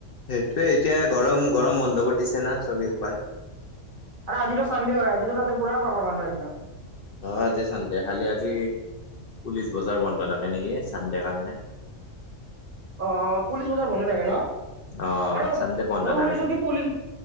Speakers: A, on the left; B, on the right.
A: সেইটোৱে এতিয়া গৰম গৰম বন্ধ বোৰ দিছে না চলি সোপাৰ
B: আৰু আজিটো চানডে হয় আজিতো তাতে পুৰা পাবা মানুহ একদম
A: অ আজি সন্ধিয়া ফালে আজি পুলিচ বজাৰ বন্ধ থাকে নেকি চানডে কাৰণে
B: অ পুলিচ বজাৰ বন্ধ থাকে ন
A: অ
B: আৰু
A: চানডে বন্ধ
B: মই শুনিছো
A: থাকে
B: কি পুলিচ